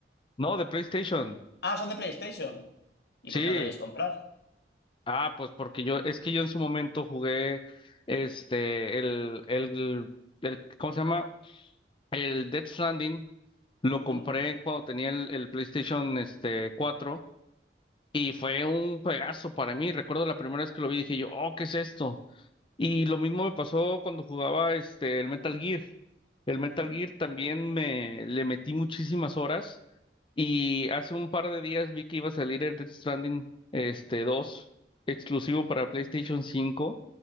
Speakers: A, on the left (about 30°); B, on the left (about 60°).
A: no, de PlayStation,
B: Ah, son de PlayStation. ¿Y
A: sí,
B: por qué no te lo quieres comprar?
A: Ah, pues porque yo, es que yo en su momento jugué este, el, el, el, ¿cómo se llama? El Death Stranding, lo
B: Ujú,
A: compré cuando tenía el, el PlayStation este, 4 y fue un juegazo para mí. Recuerdo la primera vez que lo vi dije yo, oh, ¿qué es esto? Y lo mismo me pasó cuando jugaba este el Metal Gear. El
B: ujú,
A: Metal Gear también me le metí muchísimas horas y hace un par de días vi que iba a salir el Death Stranding este 2 exclusivo para PlayStation 5